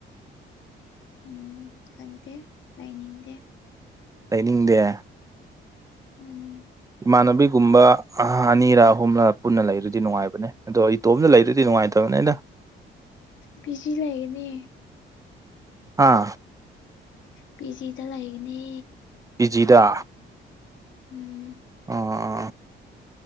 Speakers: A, on the left; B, on the right.
A: ꯎꯝ ꯈꯪꯗꯦ ꯂꯩꯅꯤꯡꯗꯦ
B: ꯂꯩꯅꯤꯡꯗꯦ
A: ꯎꯝ
B: ꯏꯃꯥꯟꯅꯕꯤꯒꯨꯝꯕ ꯑ ꯑꯅꯤꯔꯥ ꯑꯍꯨꯝꯂ ꯄꯨꯟꯅ ꯂꯩꯔꯗꯤ ꯅꯨꯡꯉꯥꯏꯕꯅꯦ ꯑꯗꯣ ꯏꯇꯣꯝꯗ ꯂꯩꯗꯗꯤ ꯅꯨꯡꯉꯥꯏꯇꯕꯅꯦꯗ
A: ꯄꯤꯖꯤ ꯂꯑꯦꯅꯦ
B: ꯍꯥ
A: ꯄꯤ ꯖꯤꯗ ꯂꯩꯒꯅꯤ
B: ꯄꯤꯖꯤꯗꯥ
A: ꯎꯝ
B: ꯑ ꯑ